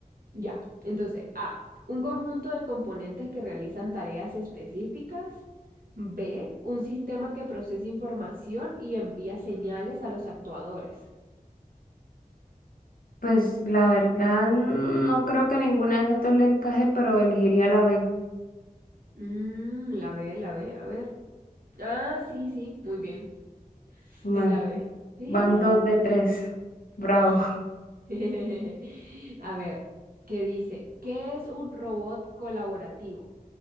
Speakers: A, on the right; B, on the left.
A: Ya. Entonces, A, un conjunto de componentes que realizan tareas específicas. B, un sistema que procesa información y envía señales a los actuadores.
B: Pues la verdad, no creo que ninguna de esas dos le encaje, pero elegiría la B.
A: Mm, la B, la B, a ver. Ah, sí, sí, muy bien.
B: Bueno,
A: Es la B. Jeje.
B: van dos de tres.
A: <laughs>
B: Bravo. <laughs>
A: <laughs> A ver, ¿qué dice? ¿Qué es un robot colaborativo?